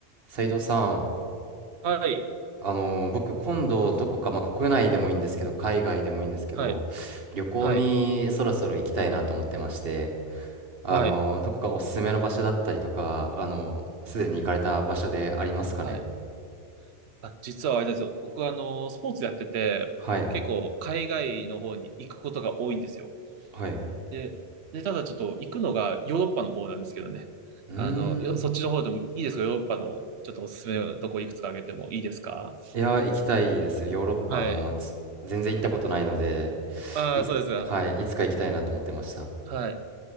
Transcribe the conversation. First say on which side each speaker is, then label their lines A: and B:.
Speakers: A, on the right; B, on the right.
A: 斉藤さん、
B: はい。
A: あのー僕今度どこか、まあ、国内でもいいんですけど海外でもいいんですけど旅行にそろそろ行きたいなと思ってまして、
B: はい。はい。
A: あのーどこかおすすめの場所だったりとか、
B: はい。
A: あのーすでに行かれた場所でありますかね
B: はい。あ、実はあれなんですよ。僕はあの、スポーツやってて、
A: はい
B: 結構海外の方に行くことが多いんですよ。
A: はい
B: で、で、ただちょっと行くのがヨーロッパの方なんですけどね。
A: うーん。
B: あの、よ、そっちの方でもいいですかヨーロッパのちょっとおすすめのとこいくつか挙げてもいいですか
A: いや、行きたいです。ヨーロッパ、
B: はい。
A: あのーつ全然行ったことないので、
B: ああ、
A: い、
B: そうですが。
A: はい、いつか行きたいなと思ってました。
B: はい。